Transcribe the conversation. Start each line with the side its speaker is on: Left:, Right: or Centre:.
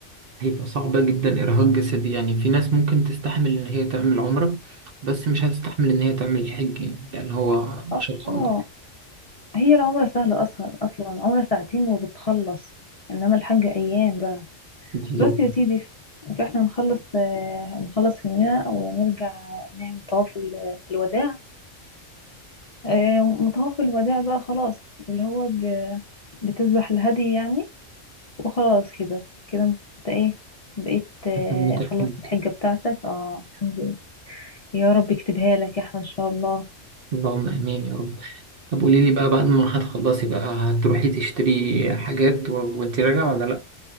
Right: هيبقى صعبه جدا ارهاق جسدي يعني في ناس ممكن تستحمل ان هي تعمل عمره بس مش هتستحمل ان هي تعمل الحج يعني لان هو
Left: اه
Right: مشقه اكبر
Left: هي العمرة سهلة أصلا أصلا عمرة ساعتين وبتخلص إنما الحج أيام بقى
Right: بالظبط
Left: بس يا سيدي ف- فإحنا نخلص آه، نخلص هنا ونرجع نعمل طواف ال- الوداع آه، وطواف الوداع بقى خلاص اللي هو ب- بتذبح الهدي يعني وخلاص كده كده أنت إيه بقيت آه،
Right: تمت الحج
Left: خلصت الحجة بتاعتك اه الحمد لله يا رب يكتبها لك يا أحمد إن شاء الله
Right: اللهم امين يا رب طب قولي لي بقى بعد ما هتخلصي بقى هتروحي تشتري حاجات و... وانت راجعه ولا لا